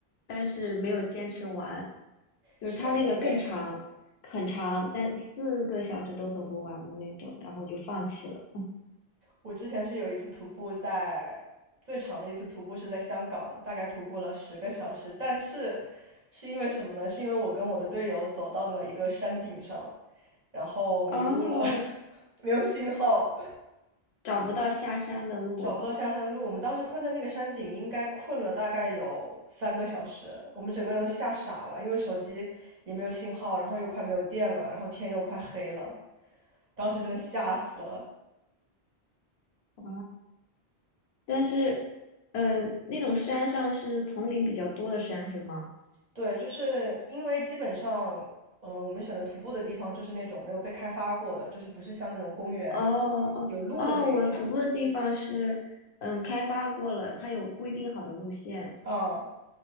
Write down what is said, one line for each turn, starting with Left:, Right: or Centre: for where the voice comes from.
Left: 但是没有坚持完，就是它那个更长，
Right: 是很累。
Left: 很长，但四个小时都走不完的那种，然后就放弃了。
Right: 我之前是有一次徒步在最长的一次徒步是在香港，大概徒步了十个小时，但是是因为什么呢？是因为我跟我的队友走到了一个山顶上，然后迷路了，
Left: 哦，
Right: <laughs> 没有信号，
Left: 找不到下山的路，
Right: 找不到下山的路，我们当时困在那个山顶，应该困了大概有三个小时，我们整个人都吓傻了，因为手机也没有信号，然后又快没有电了，然后天又快黑了，当时真的吓死了。
Left: 啊。但是，呃，那种山上是丛林比较多的山是吗？
Right: 对，就是因为基本上，嗯、我们选的徒步的地方就是那种没有被开发过的，就是不是像那种公园
Left: 哦哦哦，
Right: 有路的那一种，
Left: 我徒步的地方是，嗯，开发过了，它有规定好的路线，
Right: 嗯，